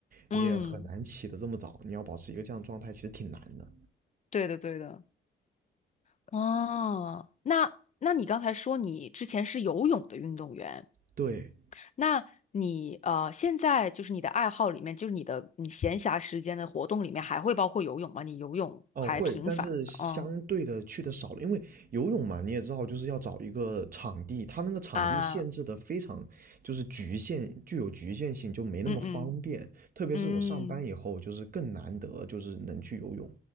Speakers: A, on the left; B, on the right.
A: 嗯，
B: 你也很难起得这么早，你要保持一个这样状态，其实挺难的。
A: 对的对的，哦，那那你刚才说你之前是游泳的运动员。
B: 对，
A: 那你呃，现在就是你的爱好里面，就是你的你闲暇时间的活动里面，还会包括游泳吗？你游泳还频繁吗？
B: 哦，会，但是相对的去的少了，
A: 嗯
B: 因为游泳嘛，你也知道，就是要找一个场地，它那个场地限制的非常，
A: 啊，
B: 就是局限，具有局限性，就没那么方便。
A: 嗯嗯
B: 特别是我上班以后，
A: 嗯
B: 就是更难得，就是能去游泳。